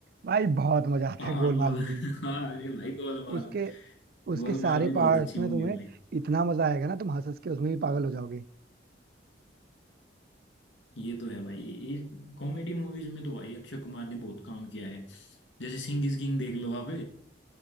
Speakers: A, on the right; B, on the left.
A: भाई बहुत मजा आता
B: हाँ
A: है गोलमाल
B: गोल
A: में
B: <laughs>
A: भी
B: हाँ अरे भाई गोलमाल
A: उसके उसके
B: गोलमाल
A: सारे
B: भी बहुत
A: पार्ट्स
B: अच्छी
A: में
B: मूवी
A: तुम्हें
B: है भाई
A: इतना मजा आएगा ना तुम हंस हंस के उसमें भी पागल हो जाओगे
B: ये तो है भाई ये कॉमेडी मूवीज में तो भाई अक्षय कुमार ने बहुत काम किया है जैसे सिंह इज किंग देख लो आप